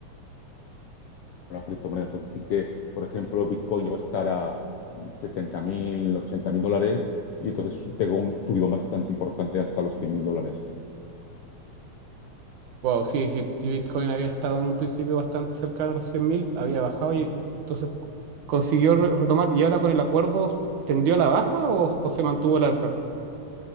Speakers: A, on the left; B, on the right.
A: las criptomonedas. Entonces sí que, por ejemplo, Bitcoin llegó a estar a setenta mil ochenta mil dólares y entonces pegó un subidón bastante importante hasta los 100.000 dólares.
B: Wow, sí, sí, si Bitcoin había estado en un principio bastante cercano a los cien mil había bajado y entonces consiguió re- retomar. ¿Y ahora con el acuerdo tendió a la baja o, o se mantuvo el alza?